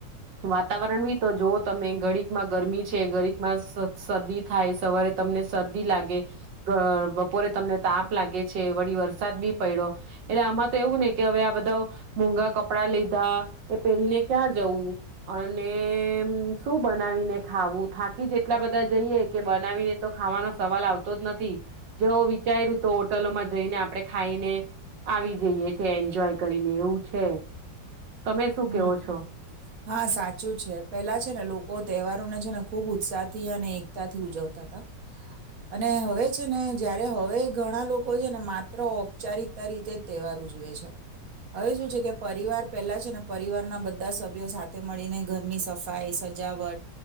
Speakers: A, on the right; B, on the right.
A: વાતાવરણ બી તો જો તમે ઘડીકમાં ગરમી છે ગરીકમાં સર શરદી થાય સવારે તમને શરદી લાગે, બ બપોરે તમને તાપ લાગે છે, વળી વરસાદ બી પઇડો એટલે આમાં તો એવું ને કે હવે આ બધા મોંઘા કપડા લીધા, એ પહેરીને ક્યાં જવું, અને શું બનાવીને ખાવું થાકી જ એટલા બધા જઈએ કે બનાવીને તો ખાવાનો સવાલ આવતો જ નથી, જેવ વિચાર્યું તો હોટલોમાં જઈને આપડણે ખાઈને આવી જઈએ છે એન્જોય કરીને એવું છે. તમે શું
B: હમ્મ
A: કેવો છો
B: હા સાચું છે, પેલા છે ને લોકો તહેવાર ને ખુબ ઉત્સાહ થી અને એકતા થી ઉજવતા હતા અને હવે છે ને જયારે હવે ઘણા લોકો એ માત્ર ઔપચારિકતા રીતે તહેવાર ઉજવે છે હવે શું છે કે પરિવાર પેલા છે ને પરિવારના બધા સભ્યો સાથે મળીને ઘરની સફાઈ સજાવટ